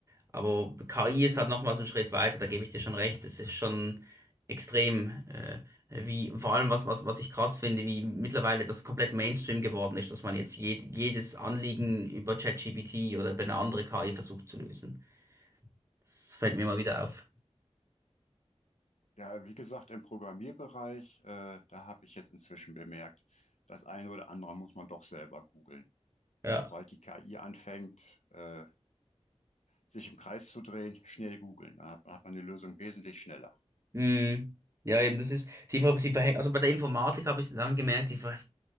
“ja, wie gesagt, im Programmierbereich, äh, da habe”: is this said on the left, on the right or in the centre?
Left